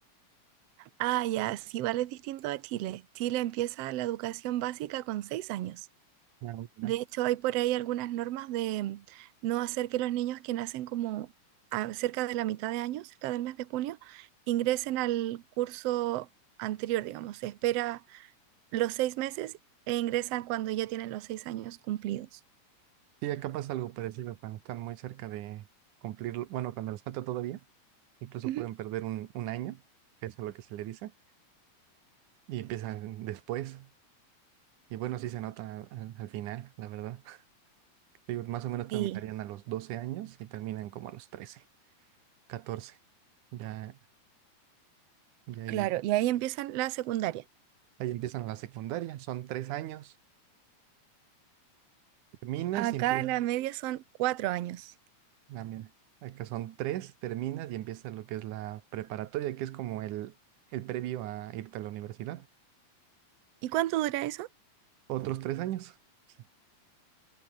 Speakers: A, on the right; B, on the right.
A: Ah, ya, sí, vale, es distinto a Chile. Chile empieza la educación básica con seis años.
B: ya, ya.
A: De hecho, hay por ahí algunas normas de mm, no hacer que los niños que nacen como a- cerca de la mitad de año, cerca del mes de junio, ingresen al curso anterior, digamos. Se espera los seis meses e ingresan cuando ya tienen los seis años cumplidos.
B: Sí, acá pasa algo parecido cuando están muy cerca de cumplir, bueno, cuando les falta todavía, incluso
A: Ujú.
B: pueden perder un, un año, que es a lo que se le dice, y empiezan después. Y bueno, sí se nota al, al final, la verdad. <laughs> Digo, más o menos terminarían
A: Sí,
B: a los 12 años y terminan como a los trece catorce Ya, y ahí,
A: Claro, y ahí empiezan la secundaria.
B: ahí empiezan la secundaria, son tres años. Terminas
A: Acá
B: y empiezas.
A: la media son cuatro años.
B: Ah, mira, acá son tres, terminas y empieza lo que es la preparatoria, que es como el, el previo a irte a la universidad.
A: ¿Y cuánto dura eso?
B: Otros tres años, sí,